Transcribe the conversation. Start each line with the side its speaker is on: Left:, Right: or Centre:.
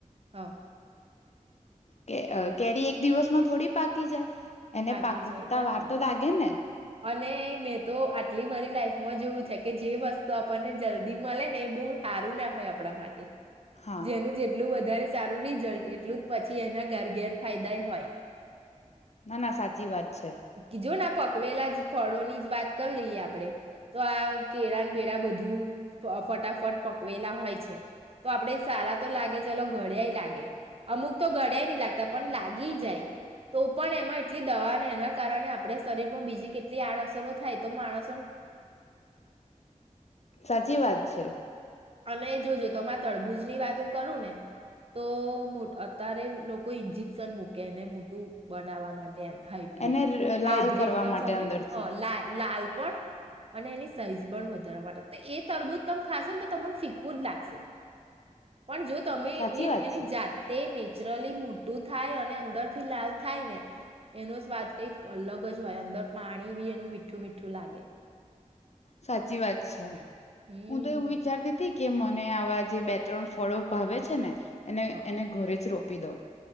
Right: હા.
Left: કે કેરી એક દિવસમાં થોડી પાકી જાય. એને
Right: પાકી
Left: પાકવતા
Right: જાય ના
Left: વાર
Right: પાકી
Left: તો લાગે ને.
Right: અને મેં તો આટલી મારી લાઈફમાં જેવું છે કે જે વસ્તુ આપણને જલ્દી મળે ને એ બહુ સારું નાખય આપણા માટે.
Left: હા
Right: જેનું જેટલું વધારે સારું રિઝલ્ટ એટલું જ પછી એના ઘર ગેર ફાયદા હોય.
Left: ના ના સાચી વાત છે.
Right: કી જો ના પ કવેલા જ ફળો ની જ વાત કરી લઈએ આપડણે તો આ કેળા બેડા બધું ફટાફટ પકવેલા હોય છે, તો આપડે સારા તો લાગે ચલો ઘડ્યાય લાગે અમુક તો ઘડ્યાય નહી લાગતા પણ લાગી જાય તો પણ એમાં એટલી દવાને એના કારણે આપણે શરીર માં બીજી કેટલી આડઅસરો થાય તો માણસ
Left: સાચી વાત છે.
Right: અને જોજ તમારા તળબુજ ની વાત હું કરું ને તો અત્યારે લોકો ઇન્જેક્શન મૂકે એને મોટું બનાવવા માટ. તેમ હાઈબ્ર્રીડ
Left: એને
Right: હાઈબ્ર્રીડ
Left: લાલ કરવા
Right: તમે
Left: માટે
Right: સાંભળ્યું
Left: અંદરથી
Right: હ લ લાલ. પણ અને એની સાઈઝ પણ વધારવા એટલે એ તરબૂજ તમ ખાશો ને ત તો પણ ફિક્કુ જ લાગશે. પણ જો તમે
Left: સાચી
Right: એ
Left: વાત
Right: એની
Left: છે
Right: જાતે ને નેચરલી મોટું થાય અને અંદરથી લાલ થાય ને એનો સ્વાદ કંઈક અલગ જ હોય, અંદર પાણી બી એનું મીઠું મીઠું લાગે.
Left: સાચી વાત છે.
Right: હમ
Left: હું તો એવું વિચારતી તી કે મને આવા જે બે ત્રણ ફળો ભાવે છે ને અને
Right: હા
Left: એને ઘરે જ રોપ પી દઉ.